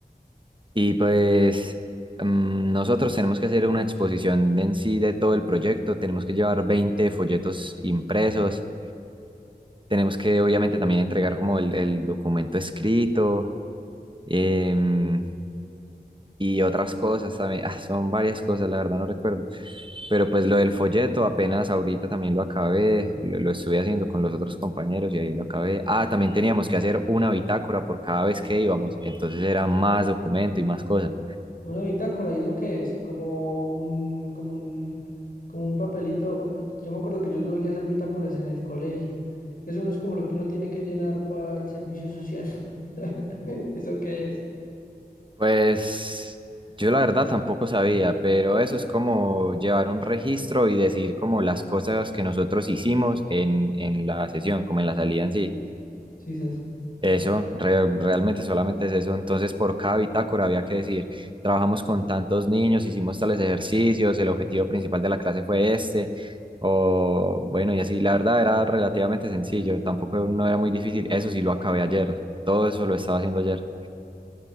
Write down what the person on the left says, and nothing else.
Una bitácora, ¿y eso qué es? Como un, como un, como un papelito. Ah, Yo me acuerdo que yo tuve que hacer bitácoras en el colegio. Eso no es como lo que uno tiene que llenar para el servicio social. <laughs> ¿Eso qué es?
Sí, sas.